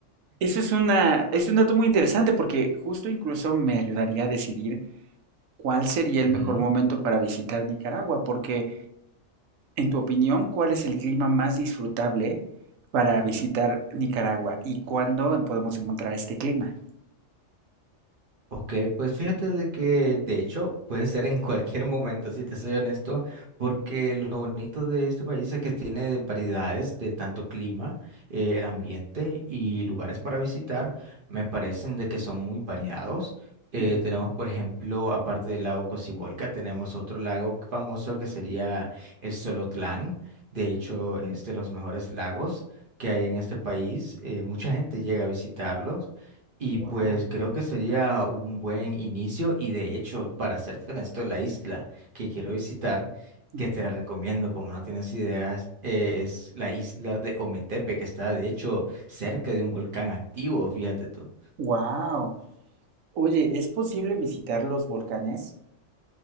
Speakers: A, on the right; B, on the right.
A: Eso es una, es un dato muy interesante porque justo incluso me ayudaría a decidir cuál sería el
B: <laughs>
A: mejor momento para visitar Nicaragua, porque En tu opinión, ¿cuál es el clima más disfrutable para visitar Nicaragua y cuándo podemos encontrar este clima?
B: Ok, pues fíjate de que de hecho puede ser en cualquier momento, si te soy honesto, porque lo bonito de este país es que tiene variedades de tanto clima, eh, el ambiente y lugares para visitar, me parecen de que son muy variados. Eh,
A: Ujú.
B: tenemos, por ejemplo, aparte del lago Cocibolca, tenemos otro lago famoso que sería el Solotlán. De hecho, es de los mejores lagos que hay en este país. Eh, mucha gente llega a visitarlos. Y
A: Wow.
B: pues creo que sería un buen inicio y de hecho, para serte honesto, la isla que quiero visitar,
A: Ujú.
B: que te la recomiendo como no tienes ideas, eh, es la isla de Ometepe, que está de hecho cerca de un volcán activo, fíjate tú.
A: Wow. Oye, ¿es posible visitar los volcanes?